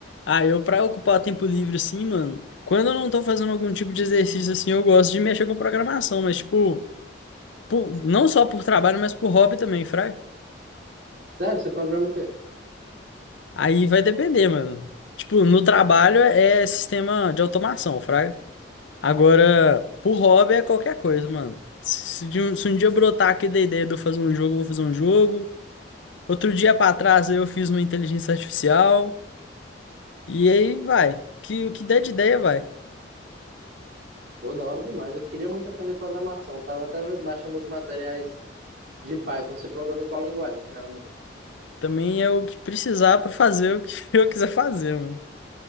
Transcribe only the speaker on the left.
Ah, eu pra ocupar tempo livre assim, mano, quando eu não tô fazendo algum tipo de exercício assim, eu gosto de mexer com programação, mas tipo, por- não só por trabalho, mas por hobby também, fraga.
Aí vai depender, mano. Tipo, no trabalho é é sistema de automação, fraga. Agora, por hobby é qualquer coisa, mano. Se, de um, se um dia brotar aqui da ideia de eu fazer um jogo, eu vou fazer um jogo. Outro dia pra trás eu fiz uma inteligência artificial. E aí vai. Que, o que der de ideia vai.
Também é o que precisar pra fazer o que <laughs> eu quiser fazer, mano.